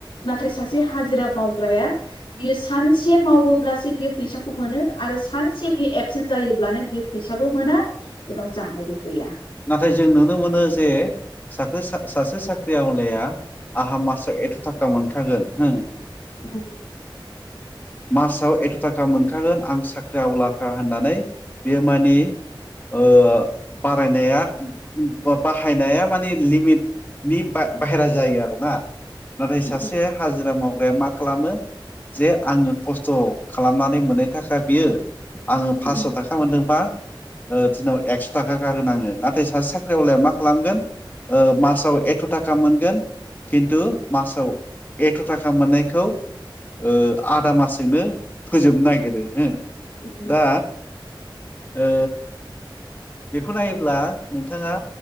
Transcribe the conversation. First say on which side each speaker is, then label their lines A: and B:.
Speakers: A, on the left; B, on the left.
A: नाथाय सासे हाजिरा मावग्राया बियो सानसे मावोब्लासो बियो फैसा खौ मोनो आरो सानसे बियो एबसेन्ट जायोब्लानो बियो फैसाबो मोना बेनाव जानायबो गैया
B: नाथाय जों नुनो मोनो जे साखो सासे साख्रि आवलाया आंहा मास एथ' थाखा मोनखागोन हो
A: औ
B: मासाव एथ' थाखा मोनखागोन आं साख्रि आवलाफ्रा होननानै। बेयोमानि ओ बारायनाया बा बाहायनाया माने लिमिट नि बा-बाहेरा जायो आरोना नाथाय सासे
A: उम
B: हाजिरा मावग्राया मा खालामो? जे आङो खस्थ' खालामनानै मोननाय थाखा बियो आङो फासस'
A: उम
B: थाखा मोनदोंबा ओ दिनाव एकस' थाखा गारगोन आङो नाथाय सासे साख्रिआवलाया मा खालामगोन ओ मासाव एथ' थाखा मोनगोन। खिन्थु मासाव एथ' थाखा मोननायखौ। ओ आदा मासजोंनो फोजोबनो नागिरो हो
A: उम
B: दा ओ बेखौ नायोब्ला नोंथाङा